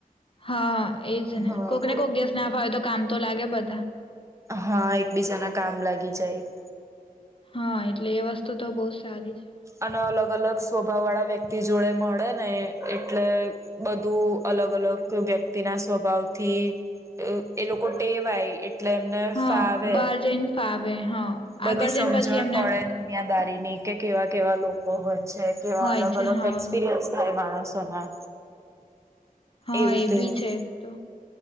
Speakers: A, on the left (about 35°); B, on the right (about 20°).
A: હા, એજ ને
B: હા.
A: કોક ને કોક દિવસ ના ફાવે તો કામ તો લાગે બધા
B: હા, એકબીજાના કામ લાગી જાય
A: હા એટલે એ વસ્તુ તો બહુ સારી છે.
B: અને અલગ અલગ સ્વભાવ વાળા વ્યક્તિ જોડે મળે ને એટલે બધું અલગ અલગ વ્યક્તિ ના સ્વભાવથી એ લોકો ટેવાય એટલે એમને
A: હા
B: ફાવે.
A: બાર જઈને ફાવે. હા
B: બધી
A: આગળ
B: સમજણ
A: જઈને પછી એમને
B: પડે દુનિયાદારી ની કે કેવા કેવા લોકો હોય. છે કે
A: હોય
B: અલગ
A: છે
B: અલગ
A: હા
B: એક્સપિરયન્સ થાય માણસ. માણસોના
A: હા
B: એવું
A: એ
B: તેવું.
A: ભી છે એક તો